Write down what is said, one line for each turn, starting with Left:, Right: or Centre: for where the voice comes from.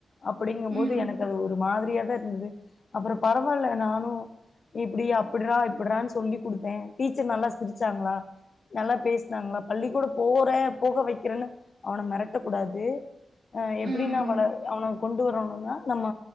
Left: அ போம்பேது
Right: ம்
Left: எனக்கு அது ஒரு மாதிரியாதான் இருந்தது அப்புறம் பரவாயில்ல நானும் இப்படி அப்படிடா இப்படிடான்னு சொல்லி கொடுத்தேன் டீச்சர் நல்லா சிரிச்சாங்களா நல்லா பேசினாங்களா பள்ளி கூட போறேன் போக வைக்கிறேன்னு அவனை மிரட்டக்க கூடாது அஹ் எப்படின்னா
Right: ம் ம்
Left: அவள அவன கொண்டு வரணும் நம்ம